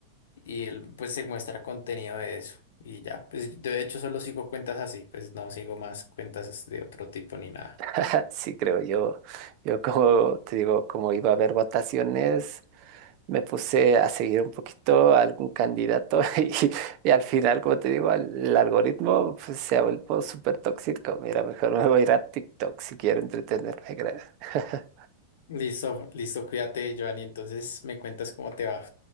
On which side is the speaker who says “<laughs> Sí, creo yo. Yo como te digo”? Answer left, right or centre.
Right